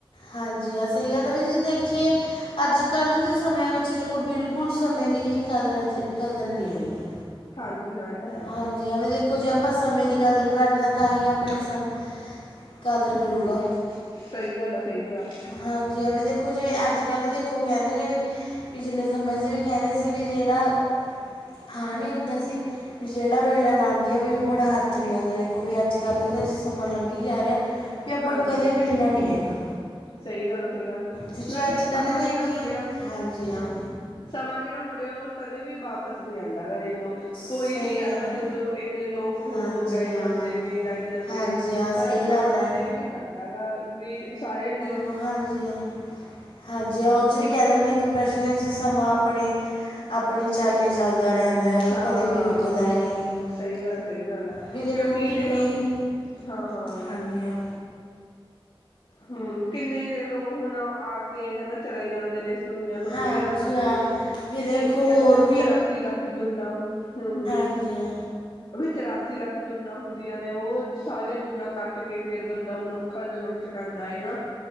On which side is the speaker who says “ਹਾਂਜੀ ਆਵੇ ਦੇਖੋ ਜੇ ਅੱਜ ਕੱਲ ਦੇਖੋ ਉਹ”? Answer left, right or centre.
Left